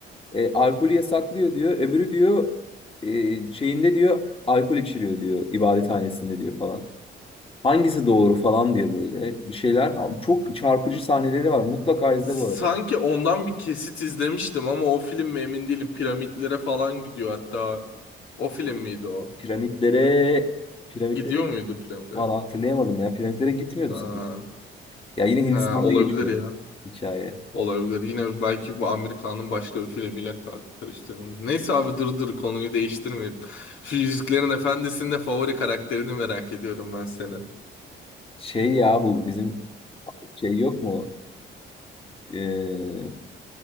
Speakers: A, on the left (about 30°); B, on the left (about 75°).
A: e, alkolü yasaklıyor diyor. Öbürü diyor e, şeyinde diyor alkol içiriyor diyor ibadethanesinde diyor falan. Hangisi doğru falan diye böyle bir şeyler. Abi Çok çarpıcı sahneleri var. Mutlaka izle
B: Sanki
A: bu arada.
B: ondan bir kesit izlemiştim ama o film mi emin değilim. Piramitlere falan gidiyor hatta. O film miydi o?
A: Piramitlere, piramitlere
B: Gidiyor muydu piramitlere?
A: valla hatırlayamadım ya. Piramitlere gitmiyordu
B: Ha.
A: sanki. Ya yine Hindistan'da
B: Ha, olabilir
A: geçiyor
B: ya.
A: hikaye.
B: Olabilir. Yine belki bu Amerikan'ın başka bir filmiyle kar- karıştırılmış. Neyse abi dur dur konuyu değiştirmeyelim. <laughs> Şu Yüzüklerin Efendisi'nin de favori karakterini merak ediyorum ben senin.
A: Şey ya bu bizim şey yok mu? Ee,